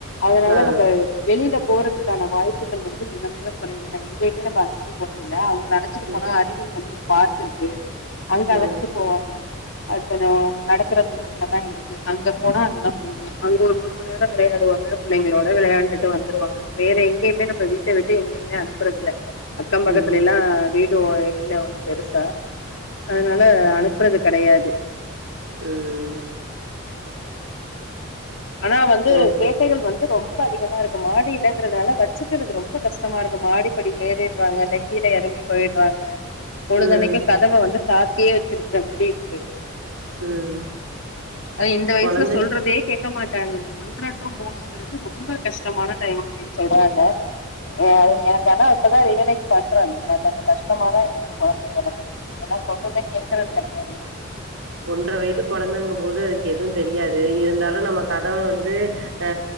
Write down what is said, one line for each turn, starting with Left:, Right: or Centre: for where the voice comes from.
Left: அதனால
Right: ஆ
Left: நம்ப வெளில போறதுக்கான வாய்ப்புகள் வந்து மிக மிக கொறைவுதா எங்கயுமே நம்ம அழச்சிட்டு போறதில்ல அவுங்ள அழ ச்சிட்டு
Right: ம்
Left: போனா அருகில் வந்து ஒரு பார்க் இருக்கு அங்க
Right: ம்
Left: அழச்சிட்டு போவாங்க அது கொஞ்சோம் நடக் குற தூரத்துலதா இருக்கு அங்க போனா அங்கதா போ வோ அங்க ஒரு ஒருமநேரோ விளையாடுவாங்க பிள்ளைங்களோட விளையாண்டுட்டு வந்துருவாங்க வேற எங்கேயுமே நம்ம வீட்ட விட்டு எங்கேயுமே அனுப்புறதில்ல அக்கம் பக்கத்துலேலா
Right: ம் ம்
Left: வீடு இல்ல ஒன்னு பெருசா அதுனால அனு ப்றது கெடையாது
Right: ம்
Left: ஆனா வந்து
Right: ம்
Left: சேட் டைகள் வந்து ரொம்ப அதிகமா இருக்கு மாடி இல்லங்குறதுனால வச்சுக்குறது ரொம்ப கஷ்டமா இருக்கு மாடி படில ஏறிற்றாங்க இல்லை கீழ எறங்கி போய்ட்றாங்க பொழுதன்னைக்கு
Right: ம்
Left: கதவ வந்து சாத்தியே வச்சிருக்குற மாரி இருக்கு
Right: ம்
Left: அது இந்த வய்சுல
Right: கொழந்த
Left: சொல்றதே கே க்க மாட்டாங்க அந்த ஒன்ற ட்டூ மூணுங்குறது ரொம்ப கஷ்டமான டைம் அப்டின் சொல்றாங்க அ எனக்கு ஆனா இப்பதா ரியலைஸ் பண்றாங்க நா கொஞ்சோ கஷ்டமாதா இருக்கு கொழந்தைய வளக்குறது எனா சொல்றதே கேக்குறது கெடையாது
Right: ஒன்ற வயது கொழந்தங்கபோது அதுக்கெது தெரியாது இருந்தாலு நம்ம கதவ வந்து ஆ